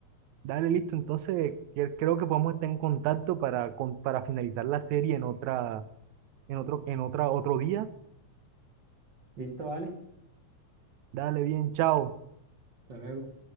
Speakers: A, on the right (about 80°); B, on the right (about 45°).
A: Dale, listo. Entonces, cre- creo que podemos estar en contacto para, con- para finalizar la serie en otra, en otro, en otra, otro día.
B: Listo, vale,
A: Dale, bien, chao.
B: hasta luego.